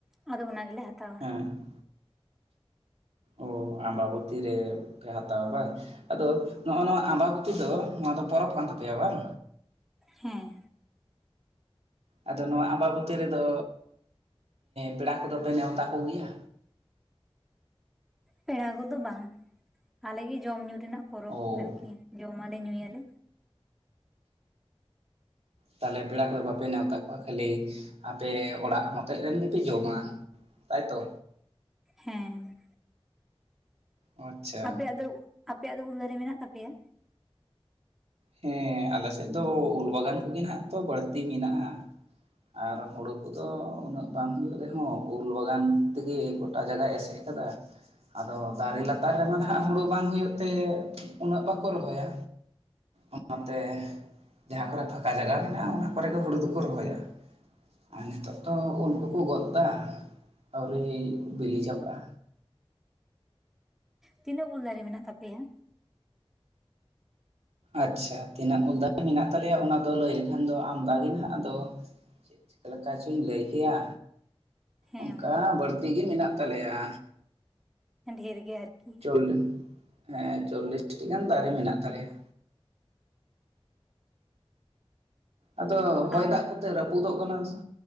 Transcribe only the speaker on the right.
ᱦᱮᱸ ᱚ ᱟᱢᱵᱟᱵᱚᱛᱤ ᱨᱮ ᱦᱟᱛᱟᱣᱟ ᱵᱟᱝ, ᱟᱫᱚ ᱱᱚᱜᱼᱚ ᱱᱚᱣᱟ ᱟᱸᱵᱟ ᱵᱚᱛᱤ ᱫᱚ ᱱᱚᱣᱟ ᱫᱚ ᱯᱚᱨᱚᱵᱽ ᱠᱟᱱ ᱛᱟᱯᱮᱭᱟ ᱵᱟᱝ,
ᱟᱫᱚ ᱱᱚᱣᱟ ᱟᱢᱵᱟᱵᱛᱤ ᱨᱮᱫᱚ ᱯᱮᱲᱟ ᱠᱚᱫᱚ ᱯᱮ ᱱᱮᱣᱛᱟ ᱠᱚ ᱜᱮᱭᱟ,
ᱚ
ᱛᱟᱦᱞᱮ ᱯᱮᱲᱟ ᱠᱚᱫᱚ ᱵᱟᱯᱮ ᱱᱮᱶᱛᱟ ᱠᱚᱣᱟ ᱠᱷᱟᱹᱞᱤ ᱟᱯᱮ ᱚᱲᱟᱜ ᱢᱚᱛᱚᱡ ᱨᱮᱱ ᱜᱮᱯᱮ ᱡᱚᱢᱟ, ᱛᱟᱭ ᱛᱚ
ᱟᱪᱪᱷᱟ
ᱦᱮᱸ ᱟᱞᱮ ᱥᱮᱫ ᱫᱚ ᱩᱞ ᱵᱟᱜᱟᱱ ᱠᱚᱜᱮ ᱱᱟᱜ ᱛᱚ ᱵᱟᱹᱲᱛᱤ ᱢᱮᱱᱟᱜᱼᱟ, ᱟᱨ ᱦᱳᱲᱳ ᱠᱚᱫᱚ ᱩᱱᱟᱹᱜ ᱵᱟᱝ ᱦᱩᱭᱩᱜ ᱨᱮᱦᱚᱸ ᱩᱞ ᱵᱟᱜᱟᱱ ᱛᱮᱜᱮ ᱜᱚᱴᱟ ᱡᱟᱜᱟᱭ ᱮᱥᱮᱫ, ᱠᱟᱫᱟ, ᱟᱫᱚ ᱫᱟᱨᱮ ᱞᱟᱛᱟᱨ ᱨᱮᱢᱟ ᱱᱟᱦᱟᱜ ᱦᱩᱲᱩ ᱵᱟᱝ ᱦᱩᱭᱩᱜ ᱛᱮ ᱩᱱᱟᱹᱜ ᱵᱟᱠᱚ ᱨᱚᱦᱚᱭᱟ, ᱚᱱᱟᱛᱮ ᱡᱟᱦᱟᱸ ᱠᱚᱨᱮ ᱯᱷᱟᱠᱟ ᱡᱟᱭᱟ ᱢᱮᱱᱟᱜᱼᱟ ᱚᱱᱟ ᱠᱚᱨᱮ ᱜᱮ ᱦᱩᱲᱩ ᱫᱚᱠᱚ ᱨᱚᱦᱚᱭᱟ, ᱟᱨ ᱱᱤᱛᱚᱜ ᱛᱚ ᱩᱞ ᱠᱚᱠᱚ ᱜᱚᱫ ᱮᱫᱟ ᱟᱹᱣᱨᱤ ᱵᱤᱞᱤ ᱡᱟᱵᱟᱜᱼᱟ,
ᱟᱪᱪᱷᱟ ᱛᱤᱱᱟᱹᱜ ᱩᱞ ᱫᱟᱨᱮ ᱢᱮᱱᱟᱜ ᱛᱟᱞᱮᱭᱟ ᱚᱱᱟ ᱫᱚ ᱞᱟᱹᱭ ᱞᱮᱠᱷᱟᱱ ᱫᱚ ᱟᱢᱫᱟ ᱜᱮ ᱢᱮᱱᱟᱜ ᱟᱫᱚ-, ᱪᱮᱫ ᱞᱮᱠᱟ ᱪᱚᱧ ᱞᱟᱹᱭ ᱠᱮᱭᱟ
ᱚᱱᱠᱟ
ᱵᱟᱹᱲᱛᱤ ᱜᱮ ᱢᱮᱱᱟᱜ ᱛᱟᱞᱮᱭᱟ᱾
ᱪᱚᱞᱞᱥ ᱦᱮᱸ ᱪᱚᱞᱞᱤᱥᱴᱤ ᱜᱟᱱ ᱫᱟᱨᱮ ᱢᱮᱱᱟᱜ ᱛᱟᱞᱮᱭᱟ᱾ ᱟᱫᱚ ᱦᱚᱭ
ᱫᱟᱜ ᱠᱚᱛᱮ ᱨᱟᱹᱯᱩᱫᱚᱜ ᱠᱟᱱᱟ ᱥᱮ